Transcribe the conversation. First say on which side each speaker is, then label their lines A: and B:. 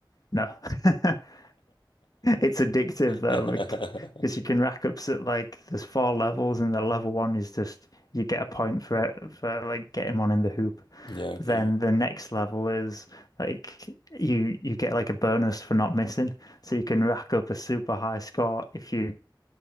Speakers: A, on the left; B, on the left.
A: No, <laughs> it's addictive though,
B: <laughs>
A: because you can rack up so like there's four levels, and the level one is just you get a point for it, for like getting one in the hoop.
B: Yeah,
A: But
B: okay.
A: then the next level is like you you get like a bonus for not missing, so you can rack up a super high score if you